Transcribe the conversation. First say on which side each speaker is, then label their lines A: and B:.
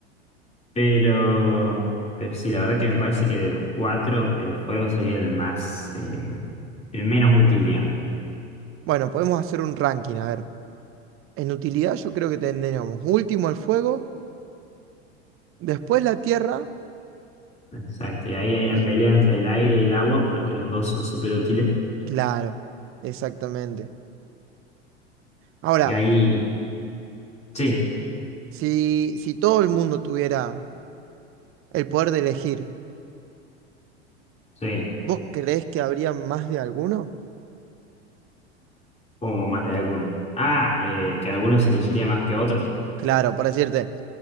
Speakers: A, on the left; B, on the right.
A: pero, pero sí, la verdad que me parece que de los cuatro, el fuego sería el más, eh, el menos útil, digamos.
B: Bueno, podemos hacer un ranking, a ver. En utilidad yo creo que tendríamos último el fuego, después la tierra
A: Exacto, y ahí hay una
B: y
A: pelea entre el aire y el agua porque los dos son súper útiles.
B: claro, exactamente. Ahora,
A: Así que ahí Sí,
B: si, si todo el mundo tuviera el poder de elegir,
A: sí,
B: ¿vos creés que habría más de alguno?
A: como más de algunos. Ah, eh, que algunos elegiría más que otros.
B: Claro, por decirte,